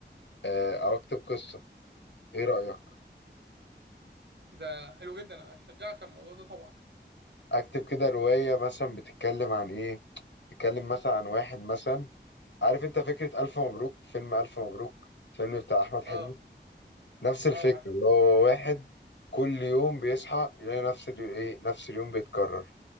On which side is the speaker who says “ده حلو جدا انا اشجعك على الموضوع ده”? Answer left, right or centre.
Right